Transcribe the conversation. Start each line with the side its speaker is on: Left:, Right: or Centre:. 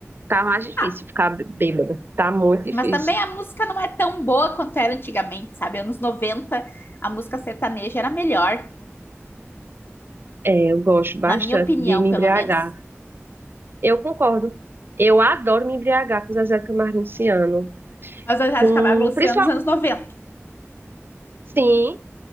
Right: tá mais difícil
Left: Ah,
Right: ficar bê- bêbada. Tá muito difícil.
Left: Mas também a música não é tão boa quanto era antigamente, sabe? Anos 90 a música sertaneja era melhor,
Right: É, eu gosto bastante
Left: na minha opinião,
Right: de me
Left: pelo
Right: embriagar.
Left: menos.
Right: Eu concordo. Eu adoro me embriagar com Zezé de Camargo e Luciano.
Left: Mas a Rádio
Right: Com,
Left: Camargo e Luciano
Right: principalmente,
Left: dos anos noventa?
Right: sim.